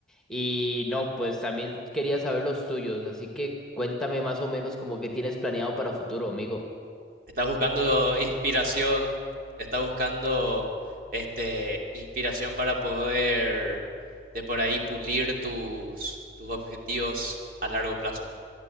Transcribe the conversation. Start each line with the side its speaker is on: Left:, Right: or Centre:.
Centre: y no, pues también quería saber los tuyos, así que cuéntame más o menos como que tienes planeado para futuro, amigo.
Right: ¿Estás buscando inspiración? ¿Estás buscando este, inspiración para poder de por ahí pulir tus, tus objetivos a largo plazo?